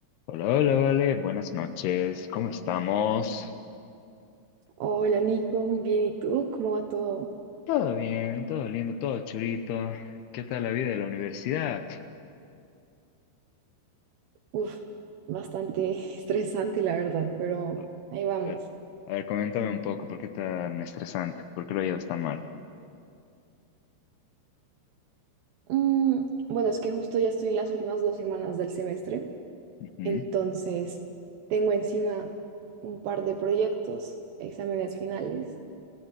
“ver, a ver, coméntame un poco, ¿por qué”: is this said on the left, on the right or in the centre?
Left